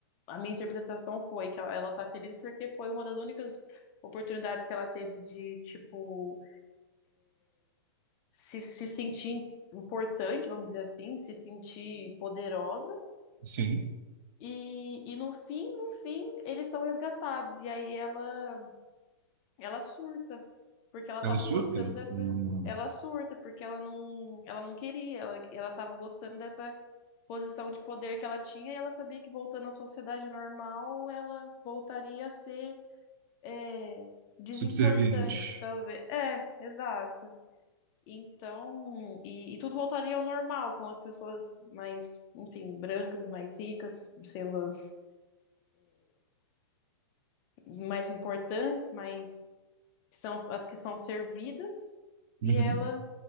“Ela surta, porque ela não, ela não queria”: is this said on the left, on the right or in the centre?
Left